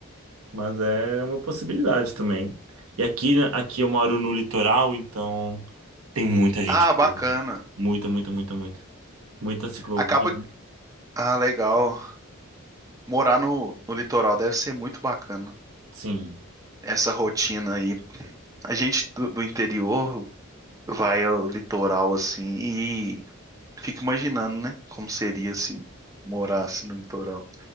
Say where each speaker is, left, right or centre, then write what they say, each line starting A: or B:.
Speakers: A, on the right; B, on the right.
A: mas é uma possibilidade também. E aqui, né, aqui eu moro no litoral, então tem muita gente.
B: Ah, bacana.
A: Muita, muita, muita, muita. Muita ciclovia.
B: Acaba. Ah, legal. Morar no, no litoral deve ser muito bacana.
A: Sim.
B: Essa rotina aí. A gente do, do interior vai ao litoral assim e fica imaginando, né? Como seria se morasse no litoral.